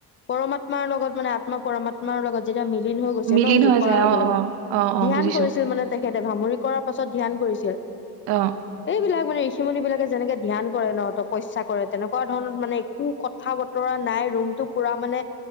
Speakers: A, on the left; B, on the right.
A: পৰমাত্মাৰ লগত মানে আত্মা, পৰমাত্মাৰ লগত যেতিয়া মি <unintelligible> হৈ গৈছে
B: মিলিন
A: ন? যোগ
B: হৈ
A: কৰাৰ
B: যায়
A: লগে,
B: অ
A: লগে
B: অ অ অ
A: ধ্যান
B: বুজিছো
A: কৰিছিল মানে তে তেখেতে ভামুৰি কৰাৰ পাছত ধ্যান কৰিছিল।
B: অঁ।
A: বিলাক মান ঋচিুণ বিলাকে যেনেে <inaudible> ধ্যান কৰে ন তপস্যা কৰে তেনেকুৱা ধৰণত মানে একো কথা বতৰা নাই ৰুমতটো পুৰা মানে